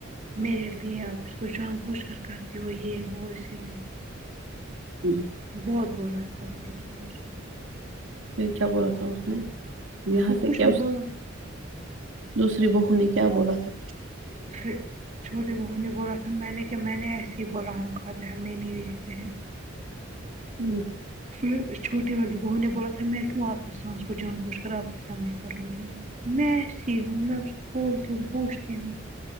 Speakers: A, on the right (about 40°); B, on the right (about 70°).
A: میرے لیے آپ اس کو جان پوچھ کر کرتے ہو یہ وہ اسی لیے
B: ہم
A: بہت بولنا تھا پھر اس نے اس کو
B: پھر کیا بولا تھا اس نے
A: اس
B: یہاں
A: نے کچھ
B: سے کیا
A: نہیں بولا
B: دوسری بہو نے کیا بولا تب
A: پھر چھوٹے بہوں نے بولا تھا میں نے کیا میں نے ایسے ہی بولا ہم کھاتے ہیں ہم یہ نہیں دیکھتے ہیں
B: ہمم
A: پھر اس چھوٹی والی بہو نے بولا تھا میں کیوں اپنی ساس کو جان بوچھ کر آپ کے سامنے کروں گی میں اچھی ہوں میں اس کو بولتی ہوں پوچھتی ہوں